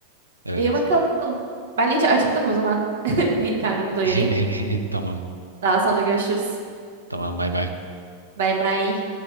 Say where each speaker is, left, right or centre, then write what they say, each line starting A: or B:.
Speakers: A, on the right; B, on the right.
A: Evet.
B: İyi bakalım. Ben iyice acıktım o zaman. <laughs> Bir karnımı doyurayım.
A: <laughs> Tamam.
B: Daha sonra görüşürüz.
A: Tamam bay bay.
B: Bay bay.